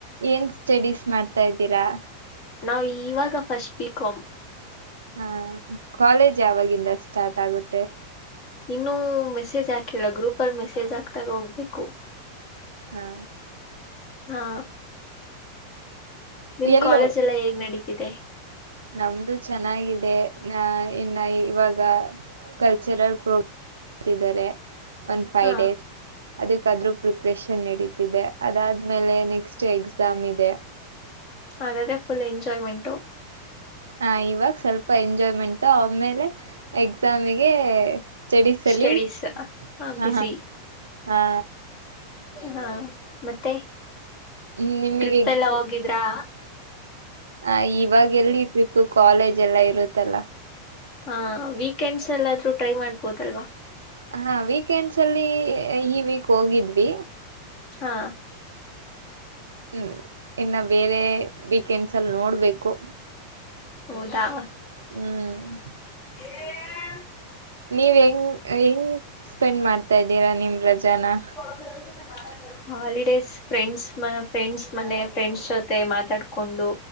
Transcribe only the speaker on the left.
ನಾವವು ಇವಾಗ ಫಸ್ಟ್ ಬಿಕಾಂ
ಇನ್ನುೂ ಮೆಸೇಜ್ ಹಾಕಿಲ್ಲ ಗ್ರೂಪ್ ಅಲ್ಲಿ ಮೆಸೇಜ್ ಹಾಕ್ತಾಗ ಹೋಗ್ಬೇಕು
ಹಾ ನಿಮ್
ಕಾಲೇಜ್ ಎಲ್ಲಾ ಹೇಗ್ ನಡೀತಿದೆ
ಹಾ
ಅದ್ರೆ ಫುಲ್ ಎಂಜಾಯ್ಮೆಂಟು
ಸ್ಟಡೀಸ್ ಹ
ಬ್ಯುಸಿ
ಹಾ ಮತ್ತೆ
ಟ್ರಿಪ್ ಎಲ್ಲ ಹೋಗಿದ್ರಾ
ಹಾ ವೀಕೆಂಡ್ಸ್ ಎಲ್ಲಾದ್ರೂ ಟ್ರೈ ಮಾಡ್ಬೋದಲ್ವಾ
ಹಾ
ಹೌದಾ
ಹ
<inaudible> <unintelligible> ಹಾಲಿಡೇಸ್ ಫ್ರೆಂಡ್ಸ್ ಫ್ರೆಂಡ್ಸ್ ಮನೆ ಫ್ರೆಂಡ್ಸ್ ಜೊತೆ ಮಾತಾಡ್ಕೊಂಡು